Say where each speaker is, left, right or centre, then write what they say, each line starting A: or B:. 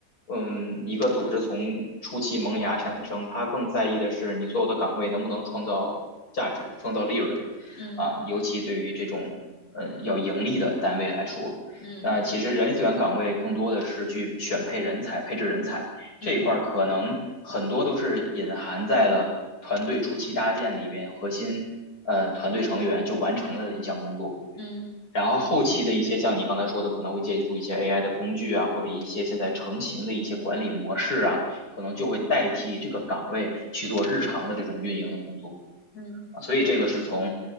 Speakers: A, on the left (about 60°); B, on the left (about 45°).
A: 嗯，一个组织从初期萌芽产生，它更在意的是你所有的岗位能不能创造价值、创造利润，
B: 嗯
A: 啊，尤其对于这种，嗯，要盈利的单位来说，
B: 嗯
A: 那其实人力资源岗位更多的是去选配人才、配置人才这一块，
B: 嗯
A: 可能很多都是隐含在了团队初期搭建里边核心，呃，团队成员就完成了的一项工作。
B: 嗯
A: 然后后期的一些像你刚才说的，可能会借助一些 AI 的工具啊，或者一些现在成型的一些管理模式啊，可能就会代替这个岗位去做日常的这种运营的工作
B: 嗯嗯嗯嗯。嗯
A: 啊。所以这个是从